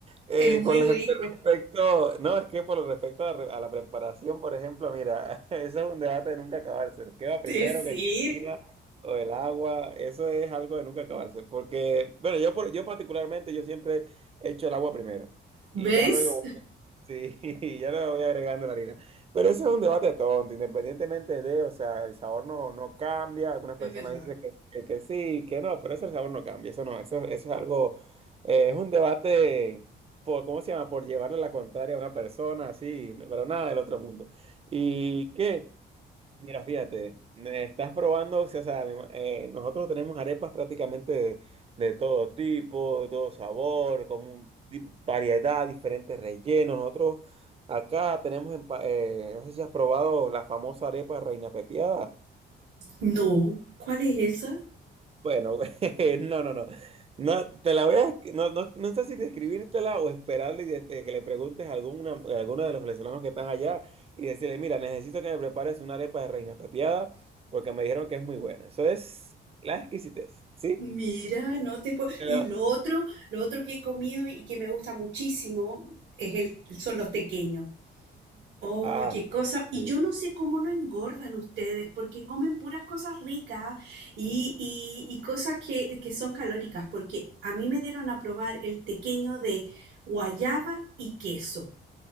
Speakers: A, on the right (about 30°); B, on the right (about 85°).
A: Eh,
B: Es muy
A: con
B: rico.
A: el- respecto, no, es que por lo respecto a, la re- a la preparación, por ejemplo, mira, <laughs> eso es un debate de nunca acabarse. ¿Qué va primero,
B: Es decir,
A: que si la harina o el agua? Eso es algo de nunca acabarse, porque, bueno, yo, por- yo particularmente, yo siempre he hecho el agua primero
B: ¿Ves?
A: y ya luego, voy- sí, <laughs> y ya luego voy agregando la harina. Pero eso es un debate tonto, independientemente de, o sea, el sabor no, no cambia. Algunas
B: es
A: personas
B: verdad.
A: dicen que que, que sí, que no, pero eso el sabor no cambia, eso no, eso, eso es algo, eh, es un debate por, ¿cómo se llama? Por llevarle la contraria a una persona, así, no- pero nada del otro mundo. ¿Y qué? Mira, fíjate, me estás probando, o sea, mi ma- eh, nosotros tenemos arepas prácticamente de, de todo tipo, de todo sabor, como un di- variedad, diferentes rellenos. Nosotros acá tenemos, empa- eh, no sé si has probado la famosa arepa reina pepiada.
B: No, ¿cuál es esa?
A: Bueno, <laughs> no, no, no. No, te la voy a, esc- no, no, no sé si describírtela o esperarle y de- de que le preguntes a alguna, a alguno de los venezolanos que están allá y decirle, mira, necesito que me prepares una arepa de reina pepiada porque me dijeron que es muy buena. Eso es la exquisitez, ¿sí?
B: Mira, no te puedo.
A: Te
B: Y
A: la-
B: lo otro, lo otro que he comido y que me gusta muchísimo es el, son los tequeños. Oye,
A: Ah, no,
B: cosa,
A: <laughs>
B: y
A: sí.
B: yo no sé cómo no engordan ustedes, porque comen puras cosas ricas y, y- y cosas que, que son calóricas, porque a mí me dieron a probar el tequeño de guayaba y queso.